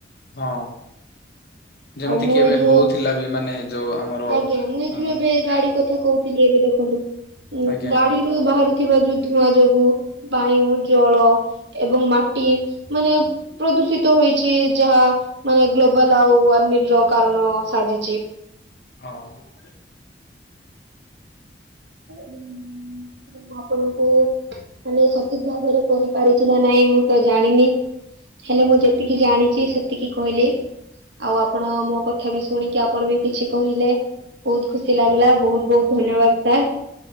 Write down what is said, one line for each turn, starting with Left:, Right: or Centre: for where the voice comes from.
Left: ହଁ ଯେମିତି
Right: ଆଉ ମୁଁ
Left: କିି ଏବେ
Right: ଏଇ ଯୋଉ
Left: ହଉଥିଲା ବି ମାନେ ଯୋଉ। ଆମର
Right: ଆଜ୍ଞା ମୁଁ ଏ ଯୁ
Left: ଅ
Right: ଏବେ ଗାଡି କଥା କହୁଥିଲି ଏବେ ଦେଖନ୍ତୁ
Left: ଆଜ୍ଞା
Right: ଗାଡିରୁୁ
Left: ଆଜ୍ଞା
Right: ବାହାରୁ ଥିବା ଯୋଉ ଧୂଆଁ ଯୋଗୁ, ବାୟୁ ଜଳ ଏବଂ ମାଟି ମାନେ ପ୍ରଦୂଷିତ ହେଇଚୀ ଯାହା ମାନେ ଗ୍ଲୋବାଲ ଆଉ ୱାର୍ମିଂ ର କାରଣ ସାଜିଚି।
Left: ହଁ।
Right: ମୁଁ ଆପଣଙ୍କୁ ମାନେ ସ ଠିକ ଭାବରେ କହିପାରୁଚି ନା ନାଇଁ ମୁଁ ତ ଜାଣିନି। ହେଲେ ମୁଁ ଯେତିକି ଜାଣିଛି ସେତିକି କହିଲି। ଆଉ ଆପଣ ମୋ କଥା ବି ଶୁଣିକି ଆପଣ ବି କିଛି କହିଲେ। ବହୁତ ଖୁସି ଲାଗିଲା ବହୁତ ବହୁତ ଧନ୍ୟବାଦ। ସାର୍